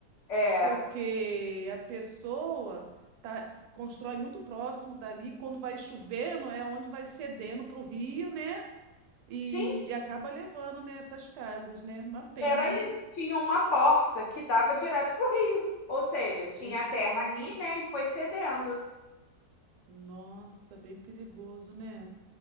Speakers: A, on the left; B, on the right.
A: É,
B: Porque a pessoa tá, constrói muito próximo dali, quando vai chovendo, é onde vai cedendo para o rio, né? E,
A: sim,
B: e acaba levando, né, essas casas, né? Uma pena,
A: era
B: né?
A: isso. Tinha uma porta que dava direto pro rio. Ou seja,
B: Meu
A: tinha
B: Deus.
A: a terra ali, né, e foi cedendo.
B: Nossa, bem perigoso, né?